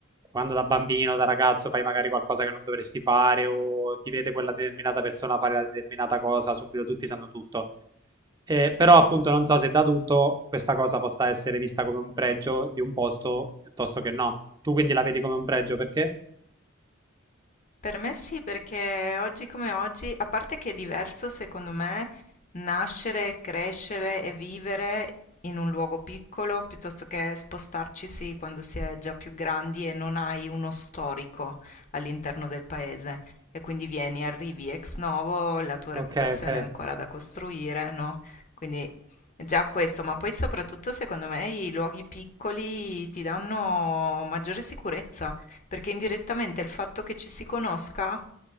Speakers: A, on the right; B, on the left.
A: quando da bambino, da ragazzo fai magari qualcosa che non dovresti fare o ti vede quella determinata persona fare la determinata cosa, subito tutti sanno tutto. Eh, però appunto non so se da adulto questa cosa possa essere vista come un pregio di un posto piuttosto che no. Tu quindi la vedi come un pregio perché?
B: Per me sì, perché oggi come oggi, a parte che è diverso secondo me nascere, crescere e vivere in un luogo piccolo piuttosto che spostarcisi quando si è già più grandi e non hai uno storico all'interno del paese. E quindi vieni, arrivi ex novo, la tua
A: Ok,
B: reputazione
A: ok,
B: è ancora da costruire, no? Quindi già questo, ma poi soprattutto secondo me i luoghi piccoli ti danno maggiore sicurezza perché indirettamente il fatto che ci si conosca